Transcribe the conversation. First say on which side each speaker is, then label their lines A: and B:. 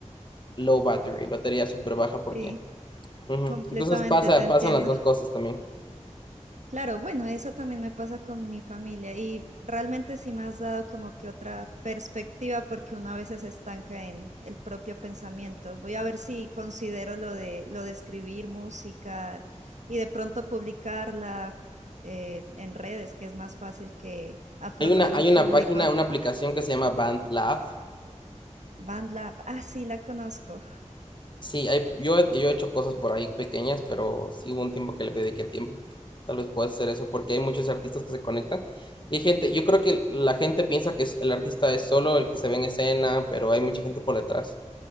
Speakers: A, on the left (about 40°); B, on the right (about 70°).
A: low battery, batería súper baja porque
B: Sí,
A: Ujú.
B: completamente
A: Entonces pasa,
B: te entiendo.
A: pasan las dos cosas también.
B: Claro, bueno, eso también me pasa con mi familia y realmente sí me has dado como que otra perspectiva porque uno a veces se estanca en el propio pensamiento. Voy a ver si considero lo de lo de escribir música y de pronto publicarla eh, en redes, que es más fácil que afrontar
A: Hay una, hay
B: un público.
A: una página, una aplicación que se llama BandLab.
B: BandLab, ah, sí, la conozco.
A: Sí, hay, yo, yo he hecho cosas por ahí pequeñas, pero sí hubo un tiempo que le dediqué tiempo. Tal vez puedas hacer eso porque hay muchos artistas que se conectan. Y hay gente, yo creo que la gente piensa que es- el artista es solo el que se ve en escena, pero hay mucha gente por detrás.